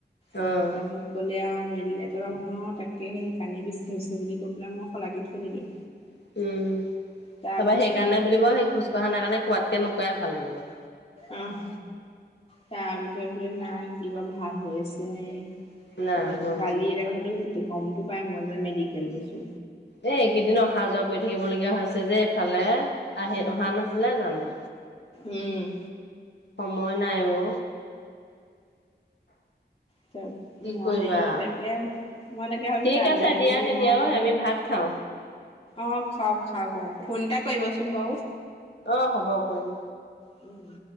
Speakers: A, on the left; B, on the left.
A: আমুক
B: অ',
A: তামুক ক'লে আৰু মেলিলে, তাৰপৰা মই তাকেহে সেইকাৰনেই বেছি হৈছে বুলি কৈ পেলাই মই শলাগি থৈ দিলো।
B: <inaudible> উম। তাৰপা
A: তাৰপিছত
B: সেইকাৰণে বুলিব সেই খোজ কঢ়া নাই কাৰণে কোৱাতকে নুকোৱাই ভাল বোলো।
A: আহ, তাৰপিছত বোলে না কিবা ভাল হৈ আ হৈছে নে
B: নাই
A: বোলে
B: হোৱা
A: কালি এটা কথাটো গমটো পাই মই যে, মেডিকেল গৈছো।
B: এই এইকেইদিন অহা যোৱা কৰি থাকিব লগীয়া হৈছে যে এইফালে। আহি
A: উম
B: অহা নাছিলা জানো?
A: উম
B: সময় নাই অ,
A: ত
B: কি
A: মই
B: কৰিবা।
A: সে তাকে, মই তাকে ভাবিছো
B: ঠিক
A: আমি
B: আছে
A: হে
B: দিয়া
A: বোলো
B: তেতিয়া
A: নোৱাৰো।
B: ঐ আমি ভাত খাওঁ।
A: অ খাওক খাওক অ, ফোন এটা কৰিবচোন বাৰু।
B: অ', হ'ব কৰিম।
A: উম